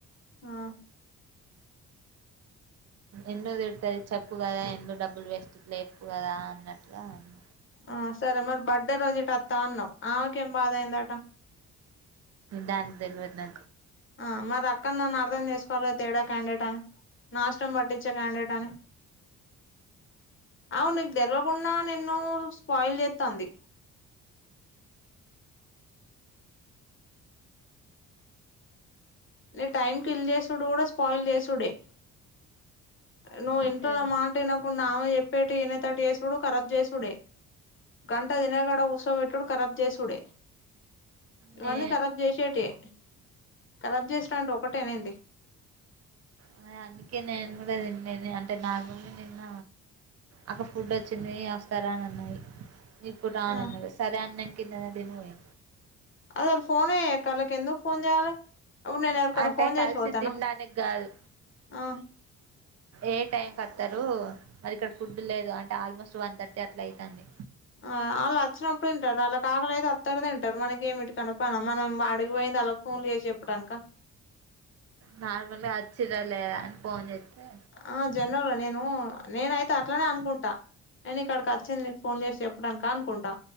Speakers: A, on the left (about 40°); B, on the right (about 55°).
A: ఆ
B: ఎందుకు తిడుతాది చెప్పు కదా ఎందుకు డబ్బులు వేస్ట్ ఇట్లా చెప్పు కదా అన్నట్టుగా అన్న
A: ఆ సరే మరి బర్త్డే రోజు ఇటు వత్త అన్నావ్ ఆమెకేం బాధ అయిందట
B: దానికి తెల్వదు నా
A: ఆ మరి అప్పన్న అర్థం చేసుకోవాలిగా తేడా క్యాండేట్ అని నాశనం పట్టిచే క్యాండేట్ అని అవును నీకు తెలవకుండా నిన్ను స్పాయిల్ చేత్తంది ఇట్లా టైం కిల్ చేసుడు కూడా స్పాయిల్ చేసుడే నువ్వు
B: అంటే
A: ఇంట్లోల్ల మాట ఇనకుండా ఆమె చెప్పేటి ఇనేతట్టు చేసుడు ఖరాబ్ చేసుడే గంట తినే కాడ కూసోబెట్టుడు ఖరాబ్ చేసుడే ఇవన్నీ
B: నే
A: ఖరాబ్ చేసేటియే ఖరాబ్ చేసుడు అంటే ఒకటే నేంది
B: ఆ అందుకే నేను కూడా తిన్లేదే అంటే నా రూమ్‌లో నిన్న అక్క ఫుడ్ వచ్చింది అస్తారా అని అన్నయి ఇప్పుడు రాను
A: ఆ
B: అన్నది సరే అని నేను కిందనే తిని పోయి
A: అసలు ఫోనే గళ్లకి ఎందుకు ఫోన్ చేయాలే అవు నేను ఎవరికన్నా
B: అంటే
A: ఫోన్ చేసి
B: కలిసి
A: పోతానా
B: తినడానికి కాదు
A: ఆ
B: ఏ టైంకి వత్తరు మరి ఇక్కడ ఫుడ్ లేదు అంటే ఆల్మోస్ట్ వన్ థర్టీ అట్లా అయితంది
A: ఆ అళ్ళు అచ్చినప్పుడు తింటారు అళ్లాకి ఆకలి అయితే అత్తరు తింటారు మనకి ఏమిటికన్నా పన మనం ఆడికిపోయింది అళ్ళ ఫోన్లు చేసి చెప్పడానికి
B: నార్మల్‌గా అచ్చిరాలే అని పోన్ చేతే
A: ఆ జనరల్‌గా నేను నేనైతే అట్లనే అనుకుంటా నేను ఇక్కడికి అచ్చింది నీకు ఫోన్లు చేసి చె ప్పడానికా అనుకుంటా